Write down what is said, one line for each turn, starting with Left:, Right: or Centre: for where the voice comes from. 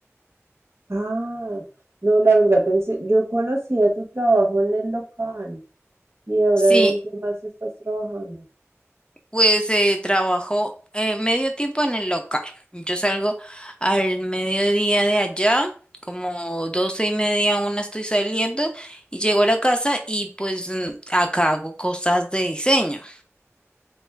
Right: Ah, no, la verdad pensé, yo conocía tu trabajo en el local y ahora
Left: Sí.
Right: ¿en qué más estás trabajando?
Left: Pues eh, trabajo eh, medio tiempo en el local. Yo salgo al mediodía de allá, como doce y media, una estoy saliendo y llego a la casa y pues mm, acá hago cosas de diseño.